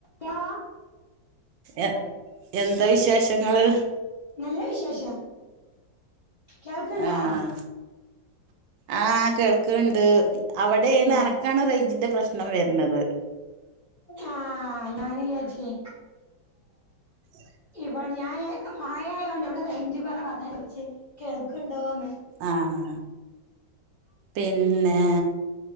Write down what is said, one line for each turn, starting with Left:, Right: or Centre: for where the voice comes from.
Left: യാ
Right: എ എന്താ വിശേഷങ്ങള്?
Left: നല്ല വിശേഷം കേൾക്കണ്ടാ
Right: ആഹ ആ കേൾക്ക്ണ്ട് അവിടെയാണ്
Left: ഏ
Right: അനക്കാണ് റേഞ്ചിന്റെ പ്രശ്നം വര്ന്നത്
Left: ആ ഞാന് ചാരിച്ച്
Right: <inaudible>
Left: ഇവടെ ഞാൻ മായായോണ്ട് ഇവിടെ റേഞ്ച് കുറവ താ ചോയിച്ചെ കേൾക്ക്ണ്ടോന്ന്.
Right: ആഹ പിന്നെ